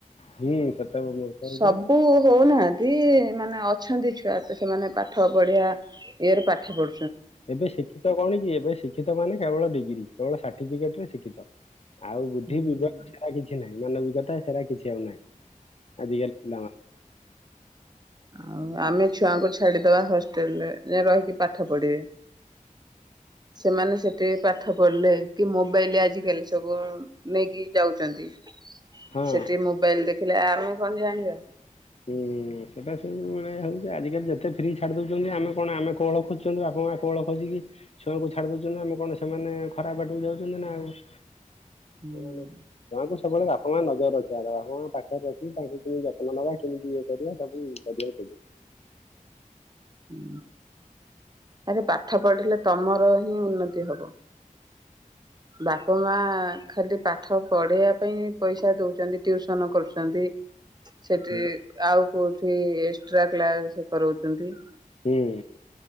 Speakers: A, on the left; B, on the right.
A: ହୁଁ ସେତେବେଳେ ମୂର୍ଖ ହଉଛନ୍ତି।
B: ସବୁ ହଉନାହାନ୍ତି। ସେ ମାନେ ଅଛନ୍ତି ଛୁଆ ତ ସେମାନେ ପାଠ ପଢିଆ ଇଏରେ ପାଠ ପଢୁ
A: ଏବେ ଶିକ୍ଷିତ କଣ କି ଏବେ ଶିକ୍ଷିତ ମାନେ କେବଳ ଡିଗ୍ରୀ କେବଳ ସାର୍ଟିଫିକେଟରେ ଶିକ୍ଷିତ। ଆଉ ବୁଦ୍ଧି
B: ହୁଁ।
A: ବିବେକ କିଛି ନାହିଁ। ମାନବିକତା ସେରା କିଛି ଆଉ ନାହିଁ। ଆଜି କାଲି ପିଲା ମାନେ।
B: ଆଉ ଆମେ ଛୁଆଙ୍କୁ ଛାଡିଦବା ହଷ୍ଟେଲରେ ରହିକି ପାଠ ପଢିବେ ସେମାନେ ସେଠି ପାଠ ପଢିଲେ କି ମୋବାଇଲ ଆଜିକାଲି ସବୁ ନେଇକି ଯାଉଛନ୍ତି।
A: ହଁ
B: ସେଠି ମୋବାଇଲ ଦେଖ <unintelligible> ଆମେ କଣ ଜାଣି?
A: ହୁଁ। ସେଇଟା ସବୁ ମାନେ ହେଉଛି ଆଜିକାଲି ଯେତେ ଫ୍ରି ଛାଡ଼ି ଦେଉଛନ୍ତି ଆମ କଣ ଆମେ କୋଳ ଖୋଜୁ ଆପ ମାଙ୍କ କୋଳ ଖୋଜିକି ଛୁଆଙ୍କୁ ଛାଡ ଦଉଛୁ ଆମେ କଣ ସେମାନେ ଖରାପ ବାଟକୁ ଯାଉଛନ୍ତି ନା ଆଉ।
B: ହୁଁ।
A: ସେମାନେ ଛୁଆଙ୍କୁ ସବୁବେଳେ ବାପା ମା ନଜର ରଖିବା ବାପା ମା ପାଖରେ ରଖି ତାଙ୍କୁ କିମତି ଯତ୍ନ ନବା। କେମିତି ଇଏ କରିବା ସବୁ କରିବାକୁ ପଡିବ।
B: ହଁ ଆରେ ପାଠ ପଢିଲେ ତମର ହିଁ ଉନ୍ନତି ହବ। ବାପ ମା ଖାଲି ପାଠ ପଢେଇବା ପାଇଁ ପଇସା ଦଉଛନ୍ତି ଟିଉସନ କରୁଛନ୍ତି। ସେଠି
A: ହୁଁ
B: ଆଉ କୋଉ ଏ ଏକ୍ସଟ୍ରା କ୍ଲାସ କରଉଚନ୍ତି।
A: ହୁଁ।